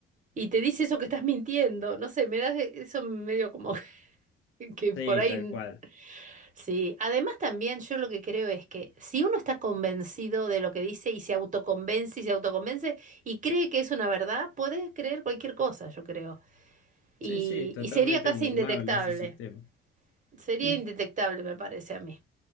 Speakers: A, on the right; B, on the left.
A: Y te dice eso que estás mintiendo. No sé, me da eso medio como. <laughs> Que por
B: Sí,
A: ahí,
B: tal cual.
A: sí. Además también yo lo que creo es que si uno está convencido de lo que dice y se autoconvence y se autoconvence y cree que es una verdad, puede creer cualquier cosa, yo creo. Y,
B: Sí, sí, es totalmente
A: y sería casi
B: burlable
A: indetectable.
B: ese sistema.
A: Sería
B: <laughs>
A: indetectable, me parece a mí.